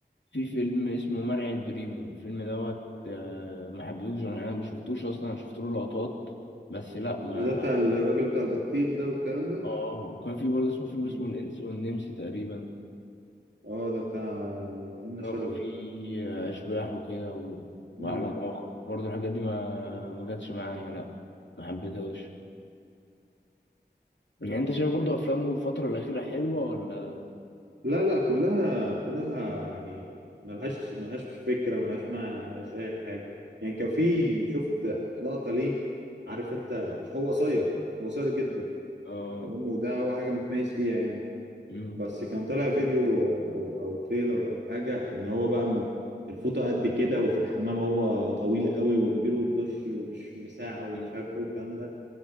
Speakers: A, on the left; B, on the right.
A: في فيلم اسمه مرعي البريمو الفيلم دوت آه، ما حبيتهوش انا يعني ما شفتوش اصلا شفت له لقطات بس لا
B: بالذات
A: ما
B: بتاع
A: حب...
B: الراجل بتاع البطيخ ده والكلام ده
A: اه وكان في برضه اسمه فيلم
B: مم.
A: اسمه الانس والنمس تقريبا
B: اه ده بتاع آه، منة
A: اللي
B: شلبي
A: هو كان فيه آه، اشباح وكده و... وعالم
B: مم.
A: اخر برضه الحاجات دي ما ما جاتش معايا لا ما حبيتهاش يعني انت شايف برضه افلامه الفترة الأخيرة حلوة ولا
B: لا لا كلها كلها يعني ملهاش ملهاش فكره ملهاش معنى ملهاش اي حاجه يعني كان في شفت لقطه ليه عارف انت مش هو قصير هو قصير جدا
A: اه
B: تمام وده هو حاجه متميز فيها يعني
A: مم.
B: بس كان طالع فيديو او او تريلر او حاجه ان هو بقى م- الفوطه قد كده وفي الحمام هو طويل قوي وكبير والدش مش مساع ومش
A: مم.
B: عارف ايه والكلام ده